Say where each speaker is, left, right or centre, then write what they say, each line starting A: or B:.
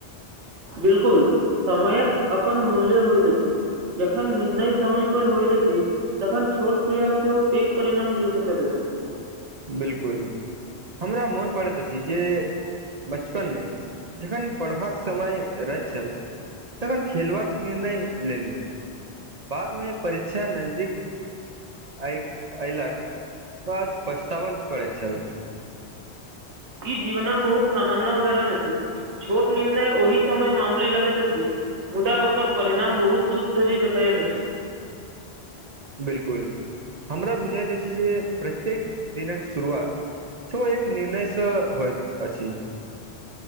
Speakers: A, on the right (about 80°); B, on the right (about 50°).
A: बिलकुल समयक अपन मूल्य होइत अछी जखन निर्णय समय पर होइत अछी तखन छोट प्रयास सेहो ओ पेक परिणाम दे सकैत अछि
B: बिलकुल हमरा मोन पड़ैत अछि जे बचपन मे जखन पढ़बाक समय रहैत छल तखन खेलबाक निर्णय लेलु बाद मे परीक्षा नजदीक आई अऐ लक बात पछतावल पड़े छल
A: ई जीवनक बहुत सामान्य उदाहरण अछी छोट निर्णय ओहि समय मामूली लगैत अछी मुदा ओकर परिणाम बहुत दूर धरी देखाइतै अछि
B: बिलकुल हमरा बुझाएत अछि जे प्रत्येक दिनक शुरुआत छ एक निर्णय सँ होइत अछि